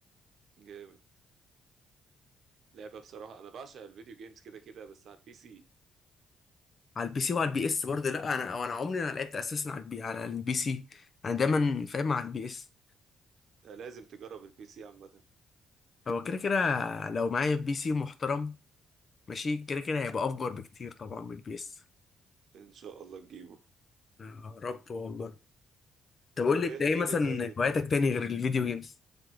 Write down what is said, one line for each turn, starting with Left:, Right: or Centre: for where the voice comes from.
Right: جامد لعبه بصراحه انا بعشق الفيديو جيمز كده كده بس على البي سي
Left: على البي سي وعلى البي اس برضه لا أنا أنا عمري ما لعبت أساسا على البي على البي سي أنا دايما فاهم على البي اس
Right: أنت لازم تجرب البي سي عامه
Left: هو كده كده لو معايا بي سي محترم ماشي كده كده هيبقى أفجر بكتير طبعا من البي اس
Right: ان شاء الله تجيبه
Left: يا رب والله طب
Right: طب
Left: قول لي
Right: ايه
Left: انت ايه
Right: احكي
Left: مثلا
Right: لي طيب
Left: هواياتك تاني غير الفيديو جيمز